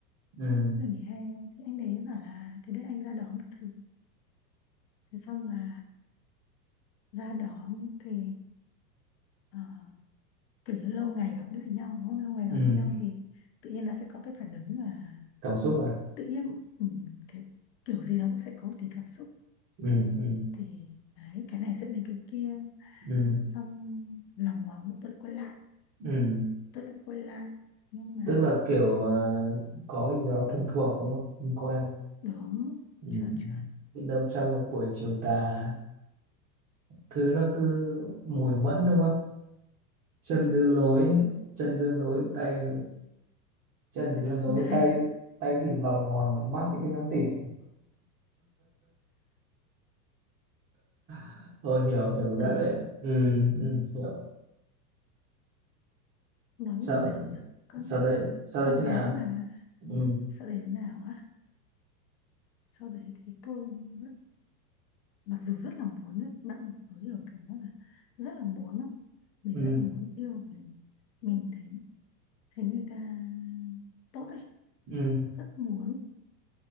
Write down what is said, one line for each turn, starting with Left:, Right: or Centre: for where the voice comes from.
Right: ừ,
Left: về nghỉ hè thì anh đấy bảo là thế để anh ra đón các thứ thế xong là ra đón thì ờ, kiểu như lâu ngày gặp lại nhau đúng không? lâu ngày
Right: ừ.
Left: gặp lại nhau thì tự nhiên nó sẽ có cái phản ứng là
Right: cảm xúc à
Left: tự nhiên ừ, cái kiểu gì nó cũng sẽ có một tí cảm xúc
Right: ừ ừ
Left: thì đấy cái này dẫn đến cái kia
Right: ừ
Left: xong lòng ngoằng tôi lại quay lại
Right: ừ
Left: tôi lại quay lại nhưng mà
Right: tức là kiểu à, có cái gì đó thân thuộc đúng không thân quen
Left: đúng
Right: ừ.
Left: chuẩn chuẩn
Right: Biết đâu trong một buổi chiều tà thứ nó cứ mùi mẫn đúng không chân đưa lối chân đưa lối tay chân thì đưa lối
Left: này
Right: tay tay thì lòng hoàng mắt thì cứ nhắm tịt <laughs> tôi hiểu hiểu
Left: Ờ,
Right: ra đấy ừ, ừ, hiểu
Left: nói
Right: sau
Left: như nào nhỉ con
Right: sau đấy sau
Left: con
Right: đấy thế
Left: gái
Right: nào
Left: mà
Right: ừ,
Left: sau đấy thế nào á sau đấy thì tôi vẫn- mặc dù rất là muốn ấy, bạn có hiểu cảm giác là rất là muốn không mình
Right: ừ,
Left: rất là muốn yêu mình mình thấy thấy người ta tốt ấy
Right: ừ,
Left: rất muốn